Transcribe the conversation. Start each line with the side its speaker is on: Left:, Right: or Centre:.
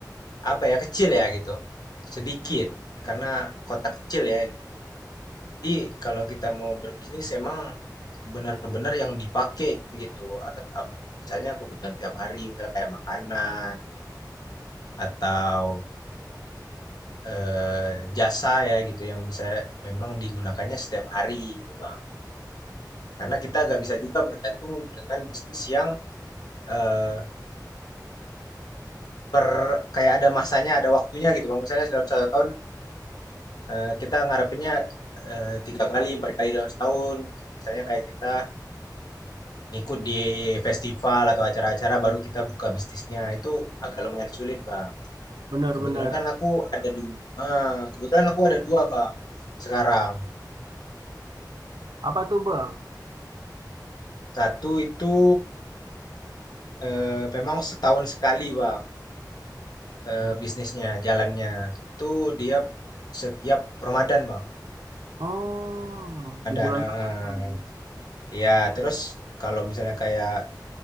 Left: apa ya kecil ya gitu, sedikit karena kota kecil ya gitu. Jadi kalau kita mau berbisnis emang benar-benar yang dipakai gitu. At- ap- Misalnya kebutuhan tiap hari, misalnya kayak makanan atau eh, jasa ya gitu yang bisa memang digunakannya setiap hari gitu, Bang. Karena kita nggak bisa juga bergantung dengan bisnis yang eh, per kayak ada masanya, ada waktunya gitu bang. Misalnya dalam satu tahun eh, kita ngarepinnya eh, tiga kali, empat kali dalam setahun gitu. Misalnya kayak kita ngikut di festival atau acara-acara baru kita buka bisnisnya itu agak lumayan sulit bang.
Right: Benar-benar
Left: Kebetulan kan aku ada dua, eh, kebetulan aku ada dua bang sekarang.
Right: apa tuh bang?
Left: Satu itu eh, memang setahun sekali bang. eee, bisnisnya, jalannya. Itu dia setiap Ramadan, Bang.
Right: Oh,
Left: Ramadan,
Right: di bulan
Left: heeh.
Right: Ramadan.
Left: Iya, terus kalau misalnya kayak,